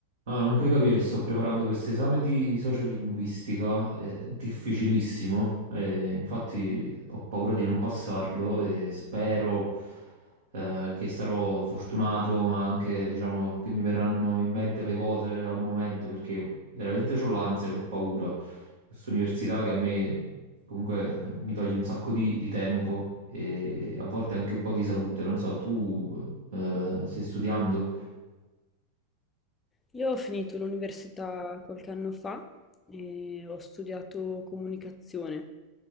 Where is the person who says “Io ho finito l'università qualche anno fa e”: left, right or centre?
Left